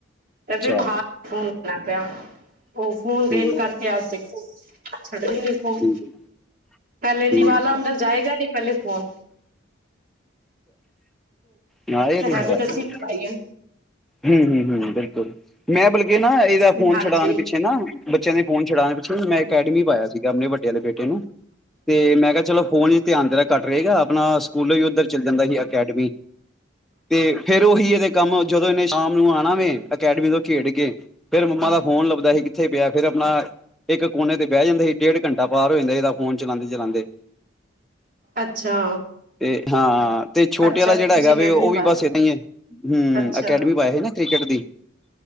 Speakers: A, on the right; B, in the centre.
A: <unintelligible>
B: ਅੱਛਾ
A: ਉਹ ਫ਼ੋਨ ਦੇਣ
B: ਠੀਕ
A: ਕਰਕੇ ਅਜ ਦੇਖੋ ਛਡਦੀ ਨਹੀਂ ਫੋਨ
B: ਠੀਕ
A: ਪਹਿਲਾ
B: ਠੀਕ
A: ਨਿਵਾਲਾ ਜਾਏਗਾ ਨਹੀਂ ਅੰਦਰ ਨਾਲ ਹੀ ਫੋਨ
B: ਨਾਲੇ ਇਹ ਤੇ
A: ਹੈਬਿਟ
B: ਹੈ।
A: ਅਸੀਂ
B: ਹੀ-
A: ਪਾਈ ਹੈ
B: ਹੂ- ਹੂ- ਹੂ ਬਿਲਕੁਲ ਮੈਂ ਬਲ ਇਹ ਨਾ, ਇਹਦਾ ਫੋਨ
A: ਹਾਂਜੀ
B: ਛਡਾਉਣ ਪਿੱਛੇ ਨਾ ਬੱਚਿਆਂ ਦੇ ਫੋਨ ਛੁਡਾਉਣ ਪਿੱਛੇ ਨਾ, ਮੈਂ ਅਕੈਡਮੀ ਪਾਇਆ ਸੀਗਾ ਆਪਣੇ ਵੱਡੇ ਆਲੇ ਬੇਟੇ ਨੂੰ। ਤੇ ਮੈਂ ਕਿਹਾ, ਚਲੋ ਫੋਨ ਧਿਆਨ ਤੇਰਾ ਘੱਟ ਰਹੇਗਾ, ਆਪਣਾ ਸਕੂਲ ਹੀ ਉੱਧਰ ਚੱਲ ਜਾਂਦਾ ਸੀ ਅਕੈਡਮੀ, ਤੇ ਫੇਰ ਉਹੀ ਇਹਦੇ ਕੰਮ, ਜਦੋਂ ਇਹਨੇ ਸ਼ਾਮ ਨੂੰ ਆਉਣਾ ਵੈ ਅਕੈਡਮੀ ਤੋਂ ਖੇਡ ਕੇ ਫੇਰ ਮੰਮਾ ਦਾ ਫ਼ੋਨ ਲੱਭਦਾ ਸੀ, ਕਿੱਥੇ ਪਿਆ ਫੇਰ ਆਪਣਾ ਇੱਕ ਕੋਨੇ ਤੇ ਬਹਿ ਜਾਂਦਾ ਸੀ ਡੇਢ ਘੰਟਾ ਪਾਰ ਹੋ ਜਾਂਦਾ ਸੀ ਫੋਨ ਚਲਾਉਦੇ-ਚਲਾਉਦੇ
A: ਅੱਛਾ
B: ਤੇ ਹਾਂ, ਤੇ ਛੋਟੇ
A: ਅੱਛਾ
B: ਵਾਲਾ
A: ਫਿਰ
B: ਜਿਹੜਾ
A: ਤੁਸੀਂ
B: ਹੈਗਾ
A: ਅਕੈਡਮੀ
B: ਵੈ, ਉਹ ਵੀ
A: ਪਾਇਆ
B: ਬਸ ਏਦਾਂ ਹੀ ਹੈ, ਹੂੰ
A: ਅੱਛਾ
B: ਅਕੈਡਮੀ। ਪੇਹੇ ਨਾ ਕ੍ਰਿਕਟ ਦੀ,